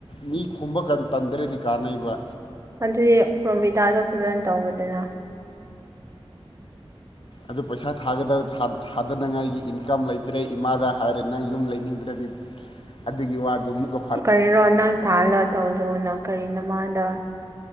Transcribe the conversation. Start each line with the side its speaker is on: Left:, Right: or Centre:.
Left: ꯃꯤ ꯈꯣꯝꯕ ꯀꯟ ꯇꯝꯗ꯭ꯔꯗꯤ ꯀꯥꯟꯅꯩꯕ
Right: ꯑꯗꯨꯗꯤ ꯄ꯭ꯔꯣꯕꯤꯗꯥꯗꯣ ꯐꯖꯟ ꯇꯧꯔꯣꯗꯅ
Left: ꯑꯗꯨ ꯄꯩꯁꯥ ꯊꯥꯒꯗ ꯊꯥ ꯊꯥꯗꯅꯉꯥꯏꯒꯤ ꯏꯟꯀꯝ ꯂꯩꯇ꯭ꯔꯦ ꯏꯃꯥꯗ ꯍꯥꯏꯔꯦ ꯅꯪ ꯌꯨꯝ ꯂꯩꯅꯤꯡꯗ꯭ꯔꯗꯤ ꯑꯗꯨꯒꯤ ꯋꯥꯗꯨ ꯃꯨꯛꯀ
Right: ꯀꯔꯤꯔꯣ ꯅꯪ ꯊꯥꯜꯂ ꯇꯧꯖꯣꯅ ꯀꯔꯤ ꯅꯃꯥꯗ